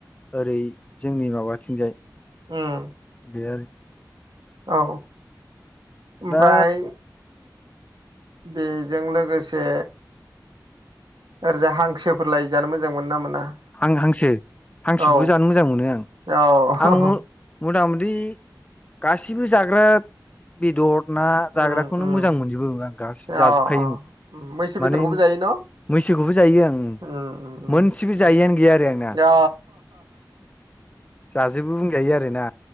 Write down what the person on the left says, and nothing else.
ओरै जोंनि माबा बिथिंजाय।
बेयो
दा
आं हांसो हांसोखौबो
जानो मोजां मोनो आं
आं अ मथा मथि गासिबो जाग्रा बेदर ना
जाग्राखौनो
मोजां मोनजोबो आं गासिबो
जाजोबखायोमोन
माने
मैसोखौबो जायो आं
मोनसेबो जायैआनो गैया आरो आंना।
जाजोबो बुंजायो आरोना